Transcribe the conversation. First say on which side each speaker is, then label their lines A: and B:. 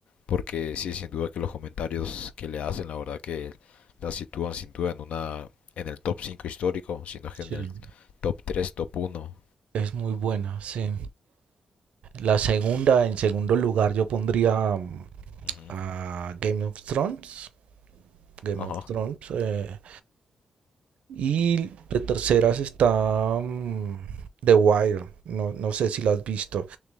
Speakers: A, on the left; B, on the right.
A: porque sí, sin duda que los comentarios que le hacen, la verdad que la sitúan sin duda en una en el top 5 histórico, sino que
B: Sí.
A: en el top tres top uno
B: Es muy buena, sí. La segunda, en segundo lugar, yo pondría mm,
A: Ujú.
B: a Game of Thrones. Game
A: Ajá.
B: of Thrones. eh, y de terceras está mm, The Wire. No, no sé si la has visto.